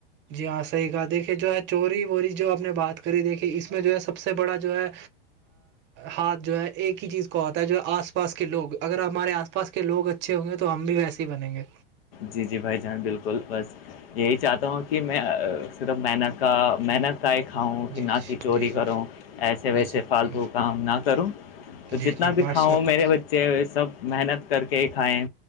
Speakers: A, on the right (about 40°); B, on the left (about 75°).
A: جی ہاں صحیح کہا دیکھیے جو ہے چوری ووری جو آپ نے بات کری دیکھیے اس میں جو ہے سب سے بڑا جو ہے ہاتھ جو ہے ایک کی چیز کو آتا ہے جو آس پاس کے لوگ اگر ہمارے آس پاس کے لوگ اچھے ہوں گے تو ہم بھی ویسے ہی بنیں گے
B: جی جی بھائی جان بالکل بس یہی چاہتا ہوں کہ میں صرف من کا محنت کاائے کھاؤں
A: جی
B: کہ نہ کہ چوری
A: جی جی جی
B: کروں ایسے
A: جی
B: ویسے
A: جی
B: فالتو کام نہ کروں تو
A: جی
B: جتنا
A: جی
B: بھی
A: ماشاء
B: کھاؤ میرے بچے بچے سب محنت کر کے ہی کھائیں